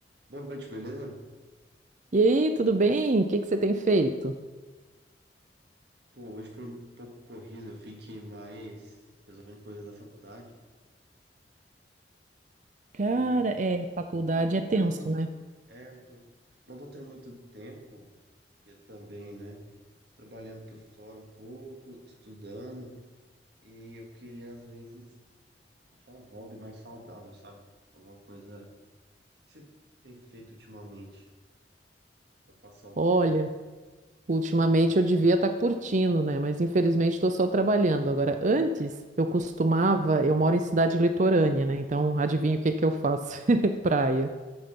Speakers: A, on the right; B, on the right.
A: Boa noite, beleza?
B: E aí, tudo bem? O que que você tem feito?
A: Pô, hoje foi um pouco corrido, eu fiquei mais resolvendo coisas da faculdade e
B: Cara, é, faculdade
A: não tô
B: é
A: tendo
B: tenso,
A: muito,
B: né?
A: é, eu tô, não tô tendo muito tempo, que é também, né? Tô trabalhando por fora um pouco, estudando e eu queria às vezes achar um hobby mais saudável, sabe? Alguma coisa. O que que você tem feito ultimamente pra passar o
B: Olha,
A: tempo?
B: ultimamente eu devia estar curtindo, né? Mas infelizmente estou só trabalhando. Agora, antes eu costumava, eu moro em cidade litorânea, né? Então, adivinha o que que eu faço? <laughs> Praia.